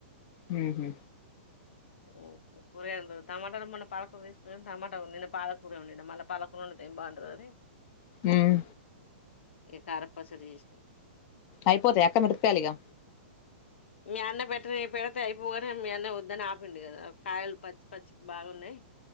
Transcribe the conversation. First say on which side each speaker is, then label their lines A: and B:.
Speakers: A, on the left (about 25°); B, on the left (about 80°).
A: ఊహు
B: ఓ కురేందో టమాటాలు మొన్న పాలకూర దీసుకున్నాను టమాటా ని పాలకుర వొండిన మళ్ళ పాలకూర వండితే ఏం బాగుంటుందని
A: ఊమ్
B: ఇ కారం పచ్చడి చేస్తి
A: అయిపోతాయ అక్క మిరపకాయాలు ఇగా
B: మీ అన్న పెట్టని పెడితే అయిపోగానే మీ అన్న వద్దని ఆపిండు గదా కాయలు పచ్చి పచ్చి బాగున్నాయి